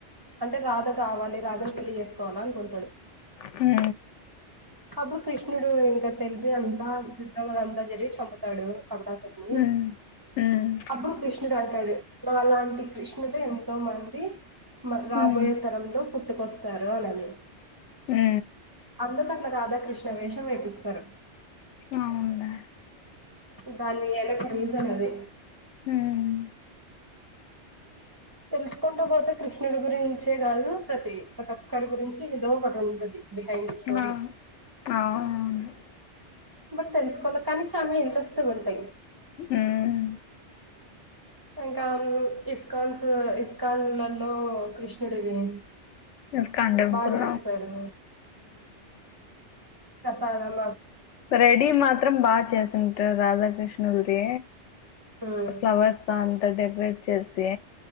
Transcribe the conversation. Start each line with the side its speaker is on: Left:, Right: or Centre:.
Right: అంటే రాధ కావాలి రాధ పెళ్లి చేసుకోవాల <unintelligible>
Left: హు
Right: అప్పుడు కృష్ణుడు ఇంకా తెలిసి అంతా <unintelligible> అంతా జరిగి చంపుతాడు <unintelligible>
Left: ఉమ్ ఉమ్
Right: అప్పుడు కృష్ణుడు అంటాడు అలాంటి కృష్ణుడు ఎంతో మంది రాబోయే
Left: ఉమ్ ఉమ్
Right: తరంలో పుట్టుకొస్తారు అని
Left: హు
Right: అందుకట్ల రాధాకృష్ణ వేషం వేపిస్తారు
Left: అవునులే
Right: దాని వెనక రీజన్ అదే
Left: ఉమ్
Right: తెలుసుకుంటూ పోతే కృష్ణుడి గురించే కాదు ప్రతి ప్రతి ఒక్కరి గురించి ఏదో ఒకటి ఉంటది బిహైండ్ స్టోరి
Left: ఆ అవును
Right: బట్ తెలుసుకోల కానీ చాలా ఇంట్రెస్ట్ గా ఉంటాయి
Left: ఉమ్
Right: ఇంకా ఇస్కాన్స్ ఇస్కాన్లలో కృష్ణుడివి
Left: ఇస్కాన్ టెంపుల్
Right: బాగా చేస్తారు ప్రసాధం
Left: రెడీ మాత్రం బాగా చేసింటారు రాధాకృష్ణ గుడి
Right: ఉమ్,
Left: ఫ్లవర్స్ తో అంత డెకరేట్ చేసి